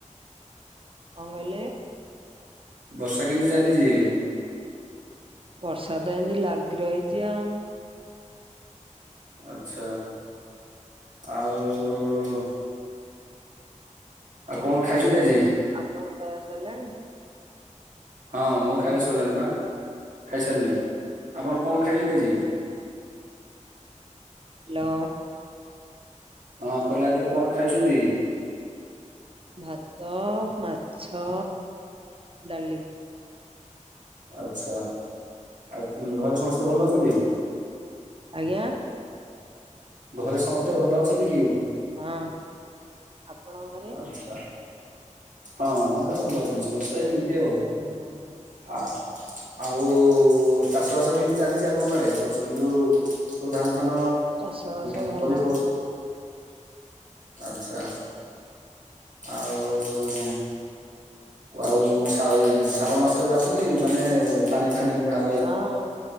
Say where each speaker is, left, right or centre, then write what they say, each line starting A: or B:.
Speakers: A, on the right (about 45°); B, on the right (about 80°).
A: କଣ କହିଲେ?
B: ବର୍ଷା କେମିତି ଚାଲିଛି?
A: ବର୍ଷା ତ ଏମିତି ଲାଗି ରହିଛି ଆଉ
B: ଆଛା ଆଉ ଆଉ କଣ ଖାଇଛନ୍ତି ଆଜି?
A: ଆପଣଙ୍କ ଖାଇବା ସରିଲାଣି?
B: ହଁ ମୋ ଖାଇବା ସରିଲାଣି ପା ଖାଇସାରିଲେନି ଆପଣ କଣ ଖାଇଛନ୍ତି ଆଜି?
A: ହାଲୋ।
B: ହଁ କହିଲେ ଆଜି କଣ ଖାଇଛନ୍ତି?
A: ଭାତ, ମାଛ, ଡାଲି।
B: ଆଛା, ଆଉ କି ଘରେ ସମସ୍ତେ ଭଲ ଅଛନ୍ତି?
A: ଆଜ୍ଞା?
B: ଘରେ ସମସ୍ତେ ଭଲ ଅଛନ୍ତି କି?
A: ହଁ। ଆପଣଙ୍କ ଘରେ
B: ଆଛା, ହଁ ମୋର ଭଲ ଅଛନ୍ତି? ହଁ ସେମିତି ଆଉ,
A: ଉ ହୁଁ
B: ହଁ। ଆଉ ଚାଷ ବାସ କେମିତି ଚାଲିଛି ଆପଣଙ୍କ ଆଡେ, ବର୍ତମାନ ଯୋଉ ସବୁ ଧାନ ଧାନ
A: ଚାଷ ବାସ
B: ତଳି
A: ଭଲ
B: ପଡ଼ିଛି ଆଛା, ଆଉ ଆଉ ବର୍ଷା ହଉ ଶ୍ରାବଣ ମାସରେ ଯାଉଛନ୍ତି କି ମାନେ ପାଣି ଫାଣି ଭା
A: ହଁ